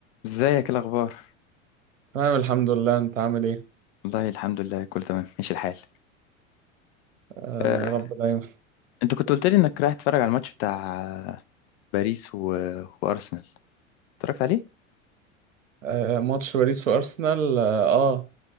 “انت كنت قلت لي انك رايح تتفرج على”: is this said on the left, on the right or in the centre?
Left